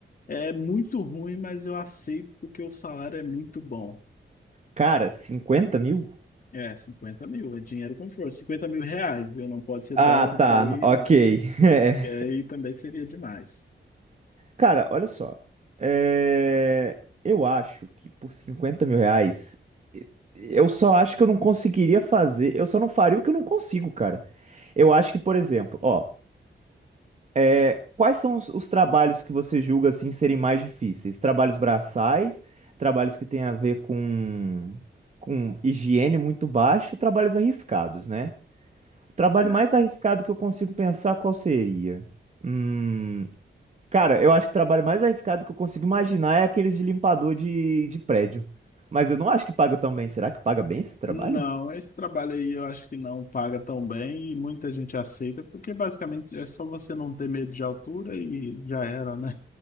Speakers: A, on the left; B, on the right.
A: é muito ruim, mas eu aceito porque o salário é muito bom.
B: Cara, 50 mil?
A: É, 50 mil, é dinheiro com força. 50 mil reais, viu? Não pode ser
B: Ah,
A: dólar,
B: tá,
A: que aí,
B: ok. <laughs> É.
A: que aí também seria demais.
B: Cara, olha só. É, Eu acho que por 50 mil reais, e- eu só acho que eu não conseguiria fazer. Eu só não faria o que eu não consigo, cara. Eu acho que, por exemplo, ó, É, quais são os, os trabalhos que você julga assim serem mais difíceis? Trabalhos braçais, trabalhos que têm a ver com, com higiene muito baixa, trabalhos arriscados, né? O trabalho
A: É,
B: mais arriscado que eu consigo pensar qual seria? Hum, cara, eu acho que o trabalho mais arriscado que eu consigo imaginar é aqueles de limpador de, de prédio. Mas eu não acho que paga tão bem. Será que paga bem esse trabalho?
A: não, esse trabalho aí eu acho que não paga tão bem e muita gente aceita, porque basicamente é só você não ter medo de altura e já era, né?